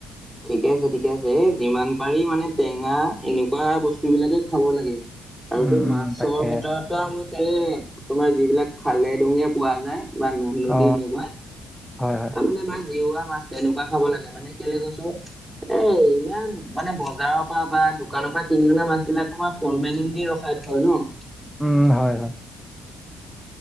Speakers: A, on the right; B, in the centre.
A: ঠিকে আছে। ঠিকে আছে। যিমান পাৰি মানে টেঙা এনেকুৱা বস্তু বিলাকে খাব লাগে। আৰু
B: উম
A: তো
B: উম
A: মাছৰ
B: তাকে
A: ভিতৰতো <unintelligible> সেই তোমাৰ যিবিলাক খালে দুুঙে পোৱা যায়। বা নদ নদী
B: অ
A: এনেকুৱা
B: হয় হয়
A: তাৰ মানে বা জিওৱৰা মাছ এনেকুৱা খাব লাগে মানে কেলে কৈছো। এ', ইমান মানে বজাৰৰ পৰা বা দোকানৰ পৰা কিনি অনা মাছ বিলাক তোমাৰ ফৰ্মেলিং দি ৰখাই থয় ন?
B: উম', হয়। হয়।